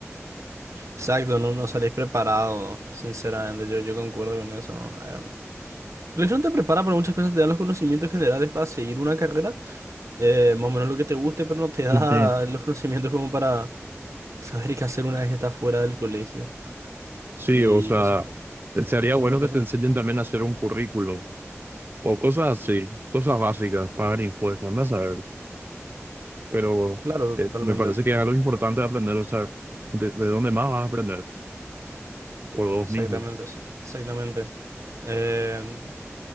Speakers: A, on the right; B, on the right.
A: Exacto, no, no salís preparado, sinceramente, yo, yo concuerdo con eso. em. La Lección te prepara para muchas cosas, te da los conocimientos generales para seguir una carrera, eh, más o menos lo que te guste, pero no te da
B: eh,
A: los conocimientos como para saber qué hacer una vez que estás fuera del colegio.
B: Sí,
A: Y
B: o sea,
A: eso,
B: sería
A: eso
B: bueno
A: me parece,
B: que te
A: un-
B: enseñen también a hacer un currículum o cosas así, cosas básicas, pagar impuestos, anda a saber. Pero
A: claro,
B: eh,
A: totalmente.
B: me parece que es algo importante de aprender, o sea, de, de dónde más vas a aprender, por vos
A: Exactamente
B: mismo.
A: eso, exactamente. Em,